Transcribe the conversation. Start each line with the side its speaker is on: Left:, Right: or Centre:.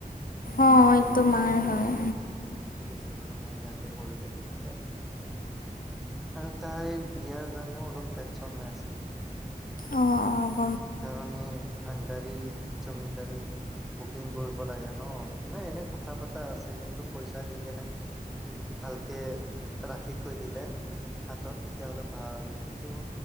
Left: অ এইটো মাৰ হয়।
Centre: ঠিক আছে বাৰু মই ইয়াতে কৰিব দিম দিয়া। আৰু তাইৰ বিয়াৰ কাৰণেও অলপ টেনশন হৈ আছে।
Left: অ অ
Centre: চাৰে ভাডাৰী চডাৰী- বুকিং কৰিব লাগে ন নে এনেই কথা পতা আছে কিন্তু পইচা দি কেনে- ভালকে ৰাখি থৈ দিলে। হাতত তেতিয়াহলে ভাল কিন্তু